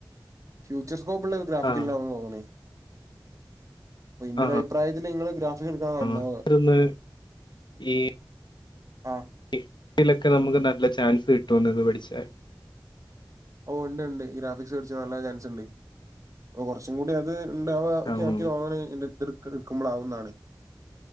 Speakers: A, on the right; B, on the left.
A: ഫ്യൂച്ചർ സ്കോപ്പ് ഉള്ളത് ഇന്ന് ട്രാഫിക്ക്
B: ആ
A: ഇല്ലാന്ന് തോന്ന്ണെയ് അപ്പൊ ഇൻ്റെ
B: ആ ആ
A: ഒരു അഭിപ്രായത്തില് നിങ്ങള് ഗ്രാഫിക്സ് എടുക്കുന്നാത നന്നാവുക
B: ആ ആ ഈ
A: ആഹ്
B: <unintelligible> നമുക്ക് നല്ല ചാൻസ് കിട്ടുംന്നെ ഇത് പഠിച്ചാൽ
A: ഓ ഒണ്ട് ഒണ്ട് ഈ ഗ്രാഫിക്സ് പടിച്ചാ നല്ല ചാൻസ് ഉണ്ട് അപ്പൊ കുറച്ചും കൂടി അത് ഇണ്ടാവു ഒക്കെ
B: ആഹ്
A: ആക്കി ആക്കി <unintelligible> ക്കെ ഇട്ക്ക്മ്പളാവുന്നാണ്